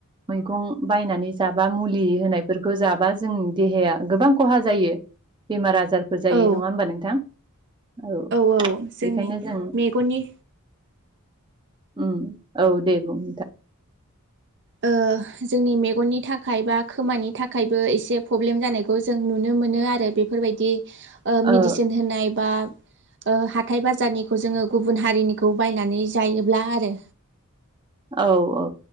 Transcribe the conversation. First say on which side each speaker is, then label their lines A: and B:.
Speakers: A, on the right (about 20°); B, on the right (about 50°).
A: मैगं बायनानै जाबा मुलि होनायफोरखौ जाबा जों देहाया गोबां खहा जायो। बेमार आजारफोर जायो
B: औ
A: नङा होमबा नोंथां औ।
B: औ जोंनि
A: बेखायनो जों
B: मेगननि
A: ओं औ दे बुं नोथां।
B: ओ जोंनि मेगननि थाखाय बा खोमानि थाखायबो एसे प्रब्लेम जानायखौ जों नुनो मोनो आरो बेफोरबायदि ओ मेडिसिन
A: औ
B: होनाय बा ओ हाथाय बाजारनिखौ जोङो गुबुन हारिनिखौ बायनानै जायोब्ला आरो।
A: औ औ